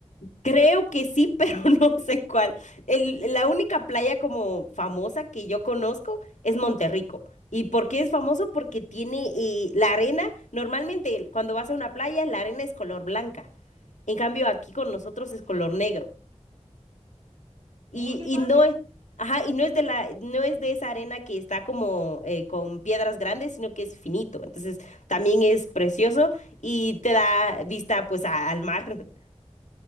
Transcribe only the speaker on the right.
Oh, qué
padre.